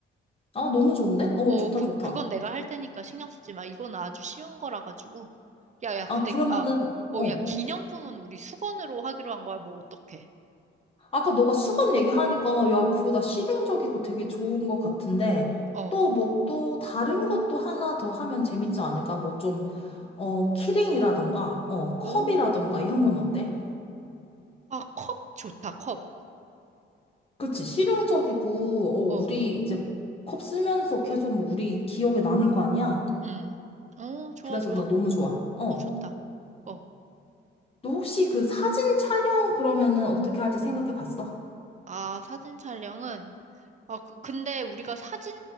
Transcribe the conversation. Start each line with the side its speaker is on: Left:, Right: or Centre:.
Left: 아, 너무 좋은데? 어,
Right: 어,
Left: 좋다,
Right: 그,
Left: 좋다.
Right: 그건 내가 할 테니까 신경 쓰지 마. 이건 아주 쉬운 거라 가지고. 야, 야, 근데,
Left: 아, 그러면은,
Right: 아, 어,
Left: 어,
Right: 야, 기념품은 우리 수건으로 하기로 한 거야. 뭐, 어떡해.
Left: 아까 너가 수건 얘기하니까, 야, 그거 나 실용적이고 되게 좋은 것 같은데,
Right: 어,
Left: 또 뭐, 또 다른 것도 하나 더 하면 재밌지 않을까? 뭐 좀, 어, 키링이라던가, 어, 컵이라던가,
Right: 오,
Left: 이런 건 어때?
Right: 아, 컵 좋다, 컵.
Left: 그치, 실용적이고, 어,
Right: 어,
Left: 우리 이제 컵 쓰면서 계속 뭐 우리 기억에 남을 거 아니야?
Right: 음, 어, 좋아,
Left: 그래서
Right: 좋아.
Left: 나 너무 좋아. 어.
Right: 어, 좋다. 어,
Left: 너 혹시 그 사진 촬영 그러면은 어떻게 할지 생각해 봤어?
Right: 아, 사진 촬영은, 아, 그, 근데 우리가 사진